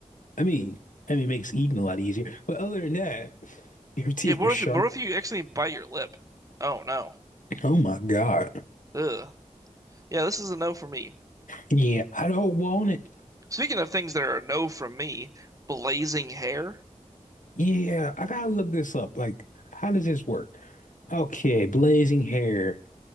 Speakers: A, on the left; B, on the right.
A: I mean, I mean, it makes eating a lot easier. But other than that, <laughs> your teeth
B: Yeah, but
A: were
B: what
A: sharp.
B: if you what if you accidentally bite your lip? Oh no.
A: Oh my God.
B: Ugh. Yeah, this is a no for me.
A: Yeah, I don't want it.
B: Speaking of things that are a no from me, blazing hair.
A: Yeah, I gotta look this up. Like, how does this work? Okay, blazing hair.